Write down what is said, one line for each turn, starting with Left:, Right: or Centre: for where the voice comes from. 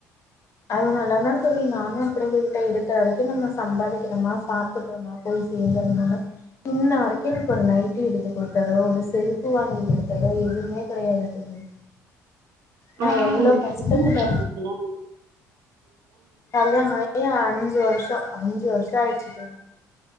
Left: அததுனாலா நா தோழி நானு அப்படி விட்டுட்ட இருக்கற அரைக்கு நம்ம சம்பாதிக்கிறோம்மா சாப்பிடுறோமா போய் சேர்ந்துறனுனு இன்ன வரைக்கு எனக்கு ஒரு நைட்டி எடுத்து கொடுத்ததோ ஒரு செருப்பு வாங்கி கொடுத்ததோ எதுமே கடையாது தோழி
Right: அனா
Left: நான் எவ்ளோ கஷ்டத்துல
Right: எத்தன வருஷம் <unintelligible>
Left: கல்யான ஆயி அஞ்சு வருஷோ அஞ்சு வருஷோ ஆயிடுச்சு தோழி